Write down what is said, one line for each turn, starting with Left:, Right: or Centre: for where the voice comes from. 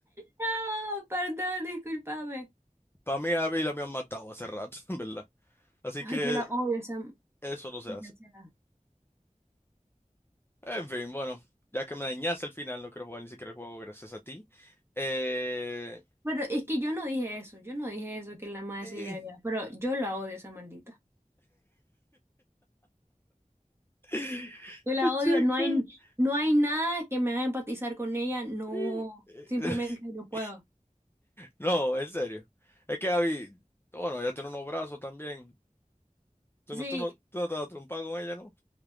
Right: No, perdón, discúlpame.
Left: Para mí a Abby la habían matado hace rato, <laughs> en verdad. Así
Right: Ay,
Left: que
Right: yo la odio esa
Left: eso
Right: maldita
Left: no se hace.
Right: sea.
Left: En fin, bueno, ya que me dañaste el final, no quiero jugar ni siquiera el juego gracias a ti. Eh...
Right: Pero es que yo no dije eso, yo no dije eso que la madre
Left: eh,
Right: se había, pero yo la odio esa maldita.
Left: <laughs>
Right: Yo la
Left: chicken,
Right: odio, no hay, no hay nada que me haga empatizar con ella, no,
Left: eh, eh.
Right: simplemente no puedo.
Left: <laughs> No, en serio. Es que Abby, bueno, ella tiene unos brazos también. Tú
Right: Sí,
Left: no, tú no, tú no te vas a trompar con ella, ¿no?